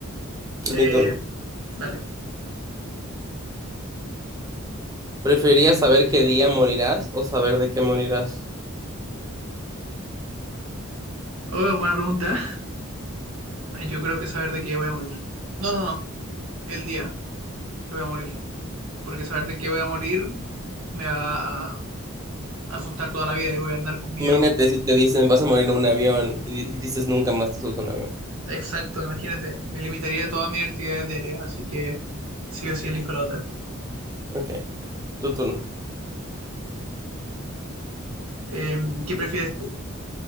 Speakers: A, on the right (about 80°); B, on the right (about 15°).
A: Eh,
B: Es mi turno.
A: dale.
B: ¿Preferirías saber qué día morirás o saber de qué morirás?
A: Oh, buena pregunta. Ay, Yo creo que saber de qué voy a morir. No, no, no, el día que voy a morir. porque saber de qué voy a morir me va a asustar toda la vida y voy a andar con miedo.
B: Imagínate si te dicen vas a morir en un avión y di- dices nunca más te subes a un avión.
A: Exacto, imagínate, me limitaría a todas mis actividades diarias, así que sí o sí elijo la otra.
B: Ok, tu turno.
A: Eh, ¿qué prefieres tú?